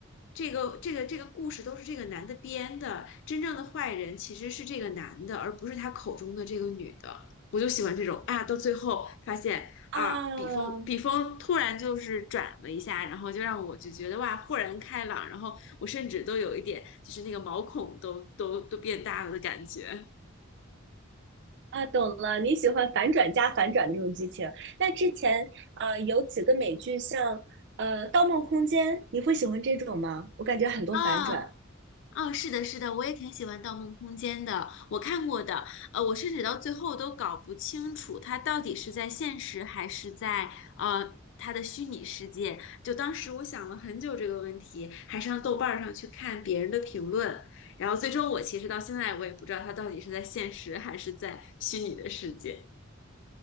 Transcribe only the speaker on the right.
啊，
啊，懂了，你喜欢反转加反转的这种剧情。那之前呃有几个美剧像呃《盗梦空间》，你会喜欢这种吗？我感觉很多反转，